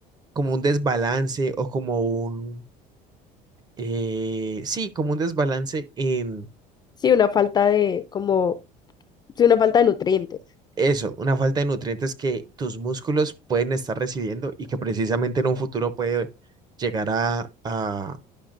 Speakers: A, on the right (about 25°); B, on the left (about 25°).
A: como un desbalance o como un eh, sí, como un desbalance en
B: Sí, una falta de, como, sí, una falta de nutrientes.
A: eso, una falta de nutrientes que tus músculos pueden estar recibiendo y que precisamente en un futuro puede llegar a, a,